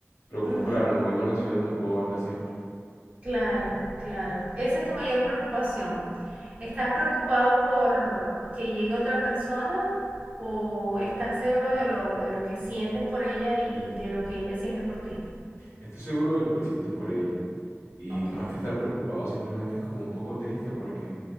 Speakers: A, on the left; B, on the right.
A: pero como
B: ujú.
A: claro, no vivo en la ciudad, no puedo verla siempre.
B: Claro, claro. Esa es tu mayor preocupación. ¿Estás preocupado por que llegue otra persona o estás seguro de lo, de lo que sientes por ella y, y de lo que ella siente por ti?
A: Estoy seguro de lo que siento por ella. Y
B: Ok.
A: más que estar preocupado, simplemente es como un poco triste porque